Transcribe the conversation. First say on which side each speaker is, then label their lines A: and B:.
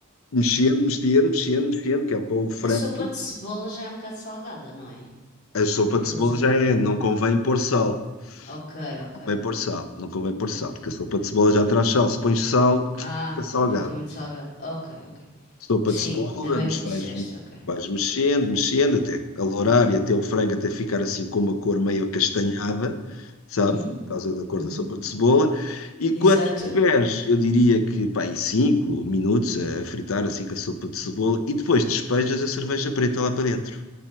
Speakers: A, on the left (about 85°); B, on the left (about 50°).
A: mexendo, mexendo, mexendo, mexendo, que é para o frango.
B: A sopa de cebola já é um bocado salgada, não é?
A: A sopa
B: Aquilo
A: de cebola
B: já.
A: já é, não convém pôr sal.
B: Ok,
A: Não
B: ok,
A: convém pôr sal, não convém pôr
B: ok.
A: sal, porque a sopa de cebola já traz sal. Se pões sal,
B: Ah,
A: fica salgado.
B: fica muito salgado. Ok, ok.
A: Sopa
B: Sim,
A: de cebola,
B: ainda bem
A: mas
B: que
A: vais,
B: disseste, ok.
A: vais mexendo, mexendo, até alourar e até o frango até ficar assim com uma cor meio acastanhada, sabe?
B: Uhum,
A: Por causa da cor
B: uhum.
A: da sopa de cebola. E quando
B: Exato.
A: tiveres, eu diria que, pá, em 5 minutos a fritar assim com a sopa de cebola e depois despejas a cerveja preta lá para dentro,